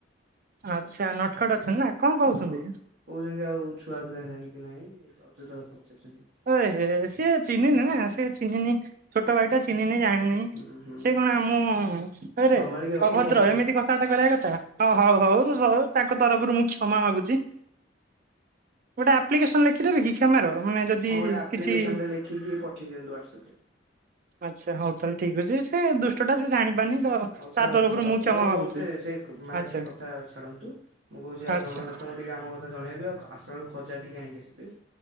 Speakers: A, on the right (about 50°); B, on the right (about 85°).
A: ଆଚ୍ଛା ନଟଖଟ ଅଛନ୍ତି ନା। କଣ କହୁଛନ୍ତି?
B: ହଁ କହୁଛନ୍ତି ଆଉ ଛୁଆ ପିଲା ହେଲାଣି କି ନାଇଁ ଅଯଥା କଥା ପଚାରୁଛନ୍ତି।
A: ଓ ଏ ହେ ସିଏ ଚିହ୍ନିନି ନା ସିଏ ଚିହ୍ନିନି ଛୋଟ ଭାଇଟା ଚିହ୍ନିନି ଜାଣିନି। ଉଁ
B: ହୁଁ ହୁଁ
A: ସେ କଣ ମୁଁ ହେଇରେ
B: ସମ୍ଭାଳିକି ରଖନ୍ତୁ
A: ଅଭଦ୍ର
B: ଆପଣଙ୍କ
A: ଏମିତି କ ଥା ବାର୍ତ୍ତା କରିବା କଥା ହଉ ହଉ ହଉ ମୁଁ ସର୍ ତାଙ୍କ ତରଫୁରୁ ମୁଁ କ୍ଷମା ମାଗୁଚି। ଗୋଟେ ଆପ୍ଲିକେସନ ଲେଖିଦେବି କି କ୍ଷମାର। ମାନେ ଯଦି
B: ହଁ ଗୋଟେ ଆପ୍ଲିକେସନଟେ
A: କିଛି
B: ଲେଖିକି ପଠେଇ ଦିଅନ୍ତୁ ୱାଟ୍ସଅପରେ।
A: ଆଚ୍ଛା ହଉ ତାହେଲେ ଠିକ୍ ଅଛି ସେ ଦୁଷ୍ଟଟା ସିଏ ଜାଣିପାରିନି ତ
B: ହଉ ଛାଡନ୍ତୁ
A: ତା ତରଫରୁ
B: ଛାଡନ୍ତୁ
A: ମୁଁ କ୍ଷମା
B: ହଉ
A: ମାଗୁଛି।
B: ହଉ ସ୍ ତେ ସେ କ ଉଁ ମାନେ
A: ଆଚ୍ଛା
B: ସେ କଥା ଛାଡନ୍ତୁ ମୁଁ କହୁଛି ଆଉ
A: ଆଚ୍ଛା
B: ଜଗନ୍ନାଥଙ୍କୁ ଟିକେ ଆମ କଥା ଜଣେଇବେ ଆଉ ଖା ଆସଲା ବେଳୁକୁ ଖଜା ଟିକେ ଆଣିକି ଆସିବେ।